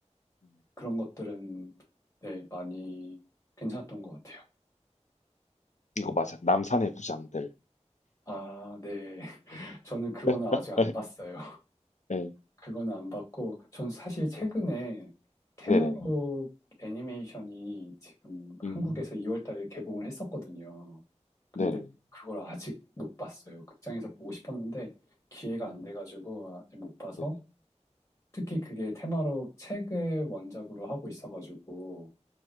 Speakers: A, on the left; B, on the left.
A: 음.
B: 그런 것들은 네, 많이 괜찮았던 것 같아요.
A: 이거 맞아. 남산의 부장들.
B: 아, 네. <laughs>
A: 네,
B: 저는 그거는 아직
A: <laughs>
B: 안 봤어요.
A: 네,
B: 그거는 안 봤고, 전 사실 최근에
A: 네,
B: 테마로
A: 네네,
B: 애니메이션이 지금 한국에서
A: 음,
B: 2월 달에 개봉을 했었거든요. 근데
A: 네네,
B: 그걸 아직 못 봤어요. 극장에서 보고 싶었는데 기회가
A: 음,
B: 안 돼가지고 아직 못 봐서
A: 네네,
B: 특히 그게 테마로 책을 원작으로 하고 있어가지고